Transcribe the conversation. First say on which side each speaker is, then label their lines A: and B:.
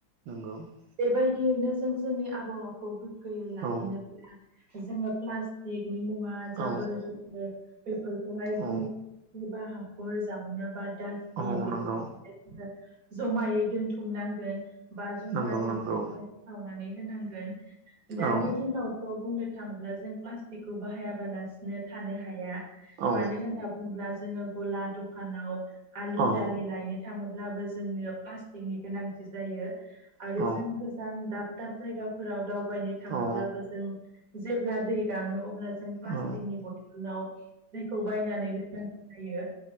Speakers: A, on the right; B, on the right.
A: <unintelligible>
B: बेबायदियैनो जों जोंनि आबहावाखौ गोगोयै लाखिनोब्ला
A: औ
B: जोंङो प्लास्टिकनि मुवा जाबोर
A: औ
B: जुबोर बेफोरखौहाय जोंङो
A: औ
B: बा हाखर जानो बा डासटबिन
A: औ
B: बेफोर
A: नंगौ
B: जमायै दोनथुमनांगोन बा जमा
A: नंगौ
B: दोन
A: नंगौ
B: सावनानै होनांगोन दानि
A: औ
B: दिनावथ' बुंनो थांङोब्ला जों फ्लास खौ बाहायाबालासिनो थानो हाया
A: औ
B: मानो होना बुंङोब्ला जोंङो गला दखानाव आलु
A: औ
B: दालि लायनो थांङोब्लाबो जोंनो प्लास्टिकनि गोनांथि जायो आरो
A: औ
B: जों दाब दाब जायगाफोराव दावबायनो थांङोब्लाबो
A: औ
B: जों जेब्ला दै गांङो अब्ला जों प्लास्टिकनि
A: औ
B: बथलाव दैखौ बायनानै लोंनाय जायो।